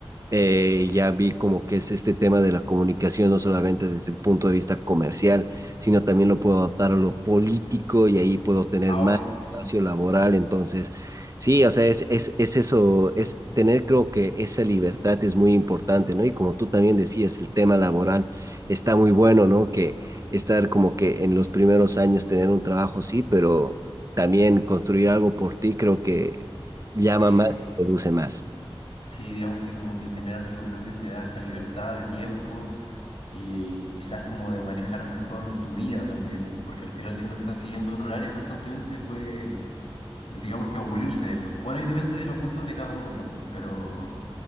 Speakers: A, on the right; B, on the left.
A: eh, ya vi como que es este tema de la comunicación, no solamente desde el punto de vista comercial, sino también lo puedo adaptar a lo político y ahí puedo tener
B: Ah,
A: más
B: obvio.
A: espacio laboral. Entonces, sí, o sea, es, es, es eso, es tener creo que esa libertad es muy importante, ¿no? Y como tú también decías, el tema laboral está muy bueno, ¿no? Que estar como que en los primeros años tener un trabajo, sí, pero también construir algo por ti creo que llama
B: Sí,
A: más, seduce más.
B: sí, digamos que como que tener algo propio te da esa libertad de tiempo y quizás como de manejar mejor tu vida también, porque al final si uno está siguiendo un horario constantemente puede, digamos que aburrirse de eso. Bueno, y depende de los gustos de cada uno también, pero